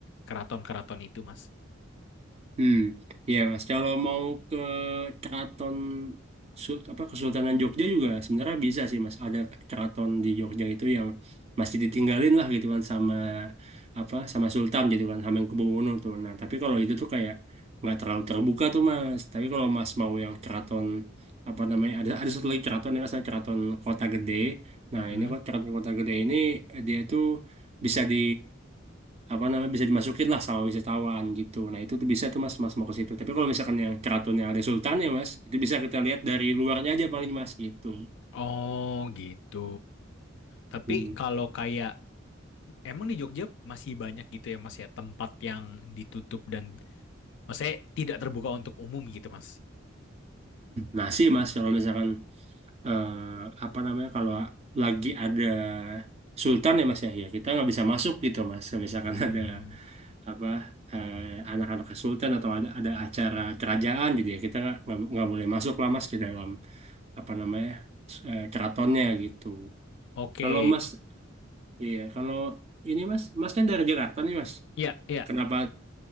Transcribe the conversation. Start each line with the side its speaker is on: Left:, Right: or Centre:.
Left: keraton-keraton itu Mas?
Right: Hmm. Iya, Mas. Kalau mau ke keraton Su- apa Kesultanan Jogja juga sebenarnya bisa sih, Mas. Ada keraton di Jogja itu yang masih ditinggalin lah gitu kan sama apa sama Sultan gitu kan Hamengkubuwono tuh. Nah, tapi kalau itu tuh kayak nggak terlalu terbuka tuh, Mas. Tapi kalau Mas mau yang keraton apa namanya ada ada satu lagi keraton yang namanya keraton Kota Gede. Nah,
Left: Mm-mm.
Right: ini kok keraton Kota Gede ini eh, dia tuh bisa di apa namanya bisa dimasukin lah sama wisatawan gitu. Nah itu tuh bisa tuh mas, mas mau ke situ. Tapi kalau misalkan yang keraton yang ada sultan ya mas, itu bisa kita lihat dari luarnya aja paling mas gitu.
Left: Oh gitu. Tapi
Right: Hmm.
Left: kalau kayak Emang di Jogja masih banyak gitu ya Mas ya tempat yang ditutup dan maksudnya tidak terbuka untuk umum gitu Mas.
Right: Nah sih mas kalau misalkan eh, apa namanya kalau lagi ada sultan ya mas ya, ya kita nggak bisa masuk gitu mas. Kalau Misalkan
Left: Hmm,
Right: ada apa eh, anak-anak sultan atau ada ada acara kerajaan gitu ya kita nggak nggak nggak boleh masuk lah mas ke dalam apa namanya eh, keratonnya gitu.
Left: oke.
Right: Kalau Mas Iya, kalau ini Mas, Mas kan dari Jakarta nih Mas.
Left: Ya, ya.
Right: Kenapa